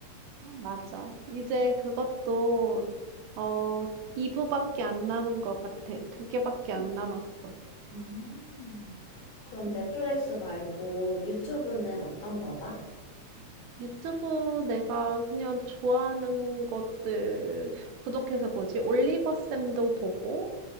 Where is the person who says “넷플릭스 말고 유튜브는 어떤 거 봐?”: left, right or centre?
Left